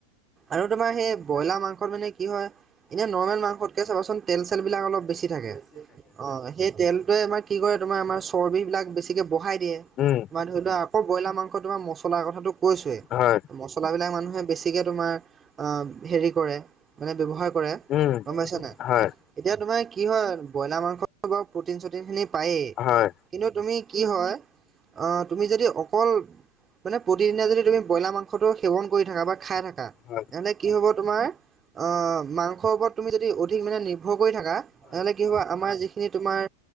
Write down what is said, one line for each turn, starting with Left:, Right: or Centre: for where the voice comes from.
Right: আৰু তোমাৰ সেই ব্ৰইলাৰ মাংসত মানে কি হয়। এনে নৰ্মেল মাংসতকে চাবাচোন তেল চেল বিলাক অলপ বেছি থাকে। অঁ সেই তেলটোৱে আমাৰ কি কৰে তোমাৰ আমাৰ চৰ্ববিলাক বেছিককে বঢ়াই দিয়ে,
Left: উম,
Right: তোমাৰ ধৰি লোৱা আকৌ ব্ৰইলাৰ মাংস তোমাৰ মছলাৰ কথাটো কৈছোৱেই
Left: হয়,
Right: মচলাবিলাক মানুহে বেছিকে তোমাৰ হেৰি কৰে মানে ব্যৱহাৰ কৰে।
Left: উম,
Right: গম পাইছা নাই,
Left: হয়,
Right: এতিয়া তোমাৰ কি হয় ব্ৰইলাৰ মাংস বাৰু প্ৰটিন চটিন খিনি পায়ই,
Left: হয়।
Right: কিন্তু তুমি কি হয় অঁ তুমি যদি অক অকল মানে প্ৰতিদিনে যদি তুমি ব্ৰইলাৰ মাংসটো সেৱন কৰি থাকা বা খাই থাকা,
Left: হয়।
Right: এনে কি হব তোমাৰ অঁ মাংসৰ ওপৰত তুমি যদি অধিক মানে নিৰ্ভৰ কৰি থাকা। তেনেহ'লে কি হব আমাৰ যিখিনি তোমাৰ